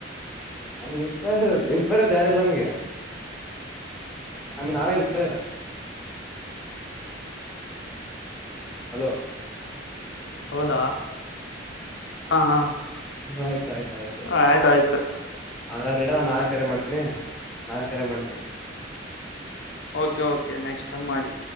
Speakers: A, in the centre; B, on the left.
A: ನಮ್ಗೆ ಇನ್ಸ್ಪೈರ್ ಇನ್ಸ್ಪೈರ್ ಅಂತ ಯಾರಿಲ್ಲ ನಮ್ಗೆ. ನಮ್ಗ ನಾವೇ ಇನ್ಸ್ಪೈರ್. ಹಲೋ.
B: ಹೌದಾ ಹಾ ಹಾ.
A: ಆಯ್ತ ಆಯ್ತ ಆಯ್ತು.
B: ಆಯ್ತಾಯ್ತು
A: ಹಂಗಾರ ಇಡು ನಾಳೆ ಕರೆ ಮಾಡತೀನಿ. ನಾಳೆ ಕರೆ ಮಾಡ್ತೀನಿ.
B: ಓಕೆ ಓಕೆ ನೆಕ್ಸ್ಟ್ ಟೈಮ್ ಮಾಡಿ.